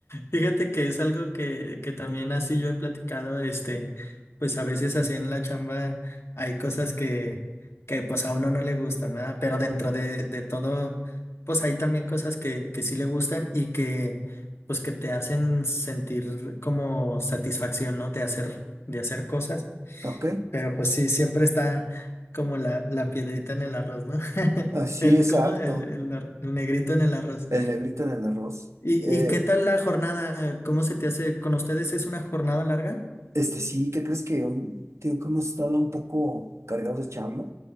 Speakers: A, on the left (about 65°); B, on the right (about 80°).
A: Fíjate que es algo que, que también así yo he platicado, este, pues a veces así en la chamba hay cosas que, que pues a uno no le gustan, ¿verdad? Pero dentro de, de todo, pues hay también cosas que, que sí le gustan y que pues que te hacen sentir como satisfacción, ¿no? De hacer, de hacer cosas.
B: Ok,
A: Pero pues sí, siempre está como la, la piedrita en el arroz, ¿no? <laughs>
B: ah, sí,
A: El,
B: exacto.
A: ¿cómo? El, el ar- el negrito en el arroz.
B: El negrito en el arroz.
A: ¿Y,
B: Eh,
A: y qué tal la jornada? ¿Cómo se te hace? ¿Con ustedes es una jornada larga?
B: este sí, ¿qué crees que hoy, tío, que hemos estado un poco cargados de chamba?